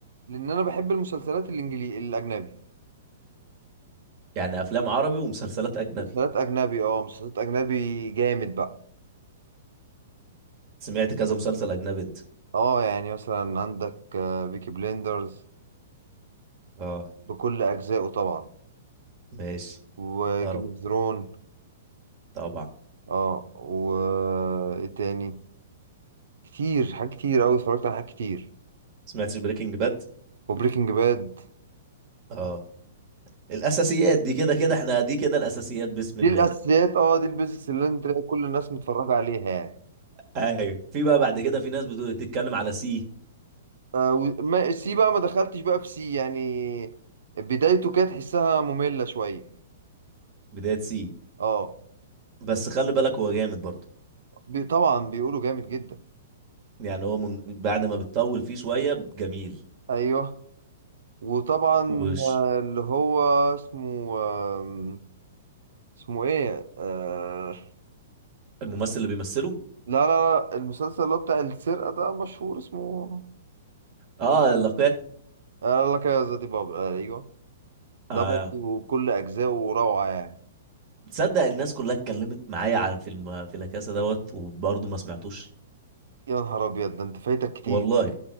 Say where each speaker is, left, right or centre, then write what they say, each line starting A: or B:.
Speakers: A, on the right (about 85°); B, on the right (about 40°).
A: لان انا بحب المسلسلات الانجليزي الاجنبي
B: يعني افلام عربي ومسلسلات اجنبي
A: مسلسلات اجنبي اه مسلسلات اجنبي جامد بقى
B: سمعت كذا مسلسل اجنبي انت
A: اه يعني مثلا عندك آه، بيكي بليندرز
B: اه
A: بكل اجزائه طبعا
B: ماشي
A: وجيم
B: طرب
A: اوف ثرون
B: طبعا
A: اه و ايه تاني كتير حاجات كتير اوي اتفرجت على حاجات كتير
B: سمعتش بريكنج باد
A: وبريكنج باد
B: اه الاساسيات دي كده كده احنا دي كده الاساسيات بسم
A: دي
B: الله
A: الاساسيات اه دي البيزكس اللي انت تلاقي كل الناس متفرجه عليها يعني
B: ايوه في بقى بعد كده في ناس بتقول تتكلم على سي
A: آه وما سي بقى ما دخلتش بقى في سي يعني بدايته كانت تحسها ممله شويه
B: بداية سي
A: اه
B: بس خلي بالك هو جامد برضه
A: بي طبعا بيقولوا جامد جدا
B: يعني هو من بعد ما بتطول فيه شوية جميل
A: ايوه وطبعا
B: وش
A: آه اللي هو اسمه آه اسمه ايه آه
B: الممثل اللي بيمثله
A: لا لا المسلسل اللي هو بتاع السرقه ده مشهور اسمه
B: اه لا
A: آه لا كذا دي بابل آه ايوه ده
B: آه
A: برضو كل اجزائه روعه يعني
B: تصدق الناس كلها اتكلمت معايا عن فيلم آه، في لاكاسا دوت وبرضه ما سمعتوش
A: يا نهار ابيض ده انت فايتك كتير
B: والله